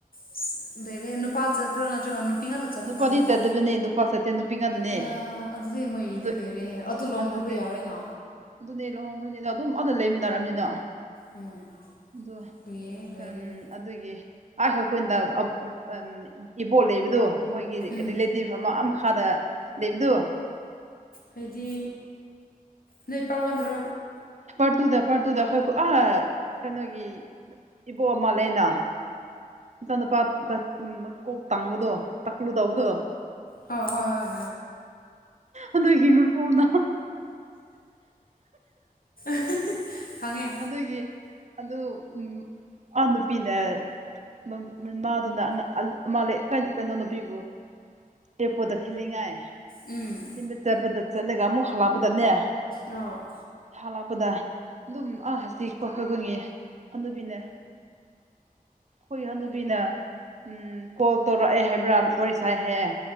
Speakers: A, on the left; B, on the right.
A: ꯑꯁ ꯂꯩꯔꯦꯍꯦ ꯅꯨꯄꯥ ꯆꯠꯄ꯭ꯔ ꯅꯠꯇ꯭ꯔꯒ ꯅꯨꯄꯤ ꯉꯥꯛꯇ ꯆꯠꯄ
B: ꯅꯨꯄꯥꯗꯤ
A: ꯀꯥꯟꯗꯔ
B: ꯆꯠꯇꯕꯅꯦ ꯅꯨꯄꯥ ꯆꯠꯇꯦ ꯅꯨꯄꯤ ꯉꯥꯛꯇꯅꯦ
A: ꯑꯌꯥ ꯑꯗꯨꯗꯤ ꯃꯣꯏꯒꯤꯗꯤ
B: ꯑꯗꯨ
A: ꯂꯣꯏꯔꯦꯍꯦ ꯑꯗꯨ ꯂꯨꯍꯣꯡꯈ꯭ꯔꯕ
B: ꯑꯗꯨꯗꯤ
A: ꯌꯥꯔꯦꯅ꯫
B: ꯑꯗꯨꯅꯦ ꯂꯨꯍꯣꯡꯈ꯭ꯔꯅꯤꯗ ꯑꯗꯨꯝ ꯑꯥꯗ ꯂꯩꯃꯤꯟꯅꯔꯝꯅꯤꯅ꯫
A: ꯎꯝ
B: ꯑꯗꯨ
A: ꯂꯣꯏꯔꯦꯍꯦ ꯂꯣꯏꯔꯦꯍꯦ
B: ꯑꯝ ꯑꯗꯨꯒꯤ꯫ ꯑꯥꯏ ꯑꯩꯈꯣꯏꯅꯗ ꯑ-ꯑꯝ ꯏꯕꯣꯛ ꯂꯩꯕꯗꯣ ꯃꯣꯏꯒꯤ ꯀ-ꯔꯤꯂꯦ
A: ꯎꯝ
B: ꯇꯤꯚ ꯑꯃ ꯑꯥ ꯃꯈꯥꯗ ꯂꯩꯕꯗꯣ꯫
A: ꯍꯥꯏꯗꯤ ꯅꯣꯏ ꯄꯥꯔꯠ ꯋꯥꯟꯗ꯭ꯔ꯫
B: ꯄꯥꯔꯠ ꯇꯨꯗ ꯄꯥꯔꯠ ꯇꯨꯗ ꯑꯩꯈꯣꯏ ꯈꯨ-ꯑꯥ ꯀꯩꯅꯣꯒꯤ ꯏꯕꯣꯛ ꯑꯃ ꯂꯩꯌꯦꯅ꯫ ꯃꯆꯥꯅꯨꯨꯄꯥ ꯗ-ꯎꯝ ꯀꯣꯛ ꯇꯥꯡꯕꯗꯣ ꯇꯛꯀ꯭ꯂꯨ ꯇꯧꯕꯗꯣ꯫
A: ꯑ ꯍꯣꯏ ꯍꯣꯏ
B: ꯑꯗꯨꯒꯤ ꯃꯄꯨꯅ
A: <unintelligible> <unintelligible> ꯈꯪꯉꯦ꯫
B: ꯑꯗꯨꯒꯤ꯫ ꯑꯗꯨ ꯎꯝ-ꯑꯥ ꯅꯨꯄꯤꯅ꯫ ꯃ-ꯃꯃꯥꯗꯨꯅ ꯑꯉ-ꯑ ꯑꯃ ꯂꯩ ꯀꯩ-ꯀꯩꯅꯣ ꯅꯨꯄꯤꯕꯨ꯫ ꯑꯦꯔꯄꯣꯔꯠꯇ ꯊꯤꯜꯂꯤꯉꯥꯏ꯫
A: ꯎꯝ꯫
B: ꯊꯤꯟꯕ ꯆꯠꯄꯗ ꯆꯠꯂꯒ ꯑꯃꯨꯛ ꯍꯜꯂꯛꯄꯗꯅꯦ꯫
A: ꯑꯣ꯫
B: ꯍꯥꯂꯛꯄꯗ ꯑꯗꯨꯝ ꯑ ꯍꯁꯤ <unintelligible> ꯈꯣꯏꯒꯤ ꯍꯅꯨꯕꯤꯅ꯫ ꯑꯩꯈꯣꯏꯒꯤ ꯍꯅꯨꯕꯤꯅ ꯎꯝ ꯀꯣꯜ ꯇꯧꯔꯛꯑꯦ ꯍꯥꯏꯕ꯭ꯔꯥ ꯋꯥꯔꯤ ꯁꯥꯏ ꯍꯥꯏꯌꯦ꯫